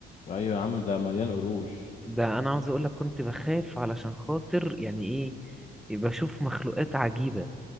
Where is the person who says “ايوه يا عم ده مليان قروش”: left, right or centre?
Left